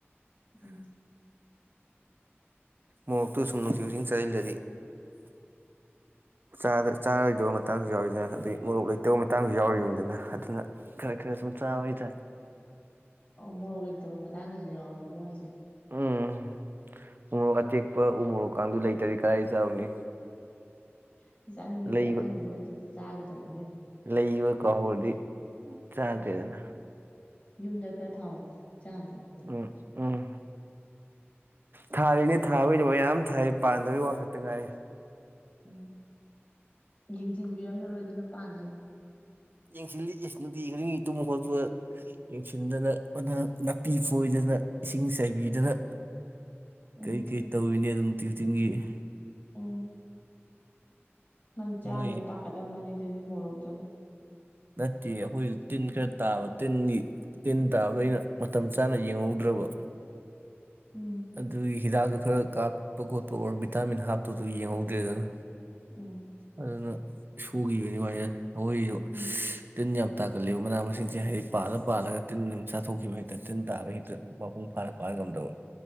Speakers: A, on the left; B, on the right.
A: ꯎꯝ
B: ꯃꯣꯔꯣꯛꯇꯨ ꯁꯨꯝ ꯅꯨꯡꯁꯤꯈꯨꯗꯤꯡ ꯆꯥꯁꯤꯜꯂꯗꯤ ꯆꯥꯗ ꯆꯥꯔꯣꯏꯗꯕ ꯃꯇꯥꯡꯁꯨ ꯌꯥꯎꯋꯤꯗꯅ ꯑꯗꯩ ꯃꯣꯔꯣꯛ ꯂꯩꯇꯕ ꯃꯇꯥꯡꯁꯨ ꯌꯥꯎꯔꯤꯅꯤꯗꯅ ꯑꯗꯨꯅ ꯈꯔ ꯈꯔ ꯁꯨꯝ ꯆꯥꯕ ꯍꯥꯏꯇꯥꯔꯦ
A: ꯑꯣ ꯃꯣꯔꯣꯛ ꯂꯩꯇꯕ ꯃꯇꯥꯡꯗꯁꯨ ꯌꯥꯎꯔꯕ꯭ꯔꯣ ꯍꯥꯏꯁꯦ
B: ꯎꯝ ꯎꯃꯣꯔꯣꯛ ꯑꯇꯦꯛꯄ ꯎꯃꯣꯔꯣꯛꯀꯗꯨ ꯂꯩꯇꯔꯥꯗꯤ ꯀꯥꯏ ꯆꯥꯔꯨꯅꯤ
A: <inaudible> ꯆꯥꯅꯤꯡꯉꯗꯤ
B: ꯂꯩꯕ
A: ꯑꯀꯪꯕ ꯑꯣꯏꯔꯖꯨ ꯆꯥꯒꯗ ꯇꯝꯅꯤ <unintelligible>
B: ꯂꯩꯕ ꯀꯥꯎꯍꯧꯔꯗꯤ ꯆꯥꯗ꯭ꯔꯦꯗꯅ
A: ꯎꯝ ꯌꯨꯝꯗ ꯈꯔ ꯊꯥꯎꯑꯣ ꯆꯥꯅꯕ
B: ꯎꯝ ꯎꯝ ꯊꯥꯔꯤꯅꯦ ꯊꯥꯕꯩꯗꯣ ꯃꯌꯥꯝ ꯊꯥꯔꯤ ꯄꯥꯟꯗꯕꯩ ꯋꯥ ꯈꯛꯇ ꯉꯥꯏꯔꯤ
A: ꯎꯝ ꯌꯦꯡꯁꯤꯟꯕꯤꯔꯝꯃꯔꯣꯏꯗꯅ ꯄꯥꯟꯗ꯭ꯔꯦ
B: ꯌꯦꯡꯁꯤꯜꯂꯤꯛꯑ ꯅꯨꯡꯇꯤ ꯈꯨꯗꯤꯡꯒꯤ ꯇꯨꯝꯕ ꯈꯣꯠꯄ ꯌꯦꯡꯁꯤꯟꯗꯅ ꯃꯅ ꯅꯥꯄꯤ ꯐꯣꯏꯗꯅ ꯏꯁꯤꯡ ꯆꯥꯏꯕꯤꯗꯅ ꯀꯩ
A: ꯎꯝ
B: ꯀꯩ ꯇꯧꯔꯤꯅꯤ ꯑꯗꯨꯝ ꯇꯤ ꯈꯨꯗꯤꯡꯒꯤ <unintelligible>
A: ꯑꯪ ꯅꯪ ꯆꯥꯅꯤꯌꯦ
B: ꯃꯣꯏꯁꯦ
A: ꯄꯥꯈꯂꯝ ꯃꯅꯤ ꯗꯤ ꯃꯣꯔꯣꯛꯇꯨꯅ
B: ꯅꯠꯇꯦ ꯑꯩꯈꯣꯏꯁꯨ ꯇꯤꯟ ꯈꯔ ꯇꯥꯕ ꯇꯤꯟꯒꯤ ꯇꯤꯟ ꯇꯥꯕꯗ ꯑꯩꯅ ꯃꯇꯝ ꯆꯥꯅ ꯌꯦꯡꯍꯧꯗ꯭ꯔꯕ
A: ꯎꯝ
B: ꯑꯗꯨꯗ ꯏ ꯍꯤꯗꯥꯛ ꯈꯔ ꯀꯥꯞꯄ ꯈꯣꯠꯄ ꯑꯣꯔ ꯚꯤꯇꯥꯃꯤꯟ ꯍꯥꯞꯄꯗꯨ ꯌꯦꯡꯍꯧꯗ꯭ꯔꯦꯗꯅ
A: ꯎꯝ
B: ꯑꯗꯨꯅ ꯁꯨꯒꯤꯕꯅꯤ ꯃꯥꯏꯅ ꯑꯩꯈꯣꯏꯁꯨ
A: ꯎꯝ
B: ꯇꯤꯟ ꯌꯥꯝ ꯇꯥꯛꯀꯠꯂꯤꯕ ꯃꯅꯥ ꯃꯁꯤꯡꯁꯦ ꯍꯥꯏꯗꯤ ꯄꯥꯜꯂ ꯄꯥꯜꯂꯒ ꯇꯤꯟ ꯆꯥꯊꯣꯛꯈꯤꯕ ꯍꯦꯛꯇ ꯇꯤꯟ ꯇꯥꯕ ꯍꯦꯛꯇ ꯃꯄꯨꯡ ꯐꯥꯅ ꯄꯥꯟ ꯉꯝꯗꯕ